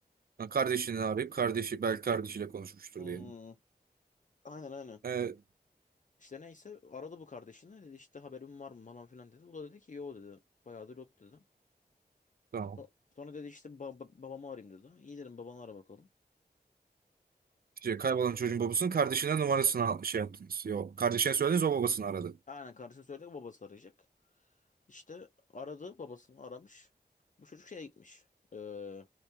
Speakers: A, on the right; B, on the left.
A: Ha, Kardeşini arayıp kardeşi belki kardeşiyle konuşmuştur
B: Hmm,
A: diye.
B: aynen aynen.
A: Evet.
B: İşte neyse aradı bu kardeşini dedi işte haberin var mı falan filan dedi. O da dedi ki yo dedi. Bayağıdır yok dedi.
A: Tamam.
B: So- Sonra dedi işte ba- ba- babamı arayayım dedi. İyi dedim babanı ara bakalım.
A: Şey, kaybolan çocuğun babasının kardeşine numarasını al- şey yaptınız. Yok. Kardeşine söylediniz o babasını aradı.
B: Aynen kardeşim söyledi babası arayacak. İşte aradı babasını aramış. Bu çocuk şeye gitmiş. Ee,